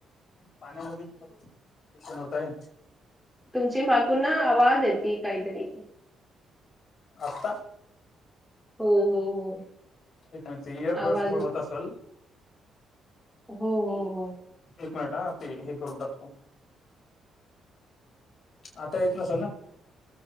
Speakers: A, on the left; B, in the centre.
A: पाण्यामध्ये प्रदूषण होतय.
B: तुमची मागून ना आवाज येते काहीतरी.
A: आत्ता
B: हो हो हो.
A: एक मिनिट इयरबड्स
B: आवाज
A: मुळ
B: येते.
A: होत असेल.
B: हो हो हो.
A: एक मिनिट ह ते हे करून टाकतो. आता येत नसाल ना.